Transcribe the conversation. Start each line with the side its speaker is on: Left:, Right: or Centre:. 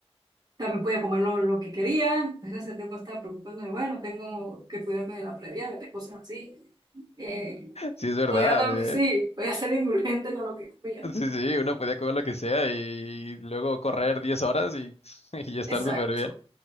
Right: también podía comer lo, lo que quería, entonces ese tiempo estaba preocupándome, bueno, tengo que cuidarme de la previa, de cosas así. Eh,
Left: Sí, es verdad,
Right: podía, dar- <laughs> sí,
Left: ¿eh?
Right: podía ser indulgente con lo que comía.
Left: Sí, sí, uno podía comer lo que sea y luego correr 10 horas y, <laughs> y estar
Right: Exacto.
Left: súper bien.